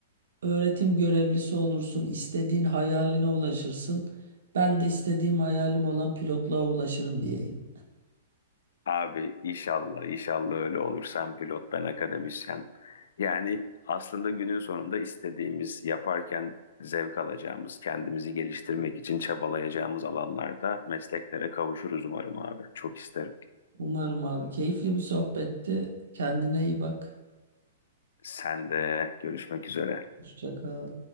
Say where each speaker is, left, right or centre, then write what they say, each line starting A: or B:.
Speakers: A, on the right; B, on the left.
A: öğretim görevlisi olursun, istediğin hayaline ulaşırsın. Ben de istediğim hayalim olan pilotluğa ulaşırım diyeyim.
B: Abi inşallah inşallah öyle olur. Sen pilot ben akademisyen. Yani aslında günün sonunda istediğimiz yaparken zevk alacağımız, kendimizi geliştirmek için çabalayacağımız alanlarda mesleklere kavuşuruz umarım abi. Çok isterim.
A: Umarım abi keyifli bir sohbetti. Kendine iyi bak.
B: Sen de görüşmek üzere.
A: Hoşça kal.